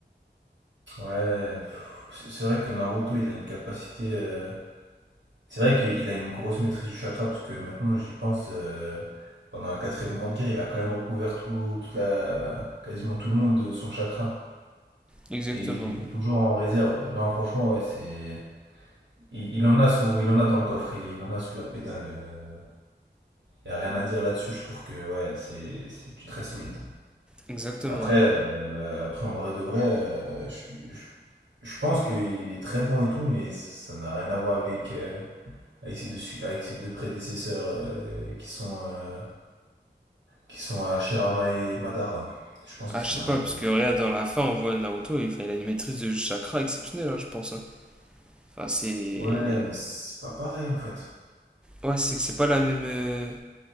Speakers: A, on the right; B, in the centre.
A: Ouais, pff, c'est c'est vrai que Naruto, il a une capacité. euh, C'est vrai qu'il a une grosse maîtrise du chakra, parce que maintenant j'y pense, euh, pendant la quatrième grande guerre, il a quand même recouvert tout, toute la, quasiment tout le monde de son chakra.
B: Exactement,
A: Et il était
B: ouais.
A: toujours en réserve. Non, franchement, ouais, c'est. Il, il en a sous, il en a dans le coffre, il, il en a sous la pédale. euh. Il n'y a rien à dire là-dessus, je trouve que ouais, c'est c'est du très solide.
B: Exactement,
A: Après,
B: ouais.
A: euh, après, en vrai de vrai, euh, je, je- je pense qu'il est très bon et tout, mais ça n'a rien à voir avec, euh, avec ses deux, su- avec ses deux prédécesseurs euh, qui sont, euh, qui sont Hashirama et Madara. Je pense que
B: Ah
A: ça
B: je sais
A: n'a
B: pas,
A: rien
B: parce
A: à
B: que regarde dans la fin on voit Naruto, il, enfin, il a une maîtrise de chakra exceptionnelle hein, je pense. hein. Enfin c'est...
A: voir. Ouais, mais c'est pas pareil en fait.
B: Ouais c'est que c'est pas la même... euh,